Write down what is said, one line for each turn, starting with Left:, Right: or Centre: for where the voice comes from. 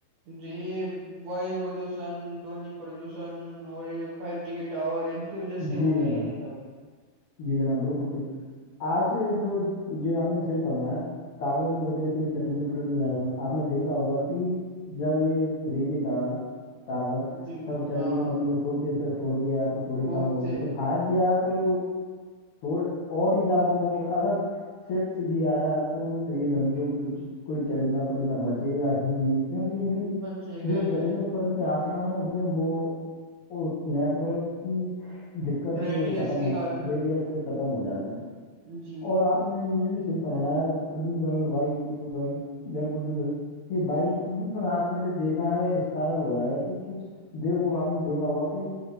Right: جی یہ وایو پردوشن دونی پردوشن اور یہ فائیو جی کے ٹاور ان کی وجہ سے ہوئے
Left: جی جناب
Right: ہیں یہ سب
Left: جی جناب بالکل پھر آج جو یہ آپ نے صحیح فمایا تاوروں کی وجہ سے چٹن پن آپ نے دیکھا ہوگا کہ جب یہ تھریجی تھا ٹاور
Right: جی
Left: تب چرندے
Right: ہاں
Left: پرندے خوب دیک سر فور جی آیا تو تھوڑے
Right: خوب
Left: کم ہو
Right: سے
Left: گئے سر فائیو جی آیا تو توڑ اور ہی زیادہ کم ہوگا اگر سفس جی آیا تو یہ سمجھ لو کہ کچھ کوئی چرندہ پرندہ بچے گا ہی نہیں کیونکہ ان کی
Right: بچے گئے
Left: جو
Right: نہیں
Left: چرند پتے آسمان میں اڑتے ہیں وہ نیٹورک کی دقت سے
Right: ریڈی
Left: وہ ختم
Right: ایس کے
Left: ہو
Right: کارن
Left: سے ختم ہو جاتے ہیں
Right: جی
Left: اور آپ نے یہ بھی صی فرمایا کہ پردوشن لڑائی پردوشن جل پردوشن یہ وایو پردوشن آپ نے جو دیکھا ہے اس کارن ہو رہا ہے کہ کچھ دیکھو آپ نے دیکھا ہوگا کہ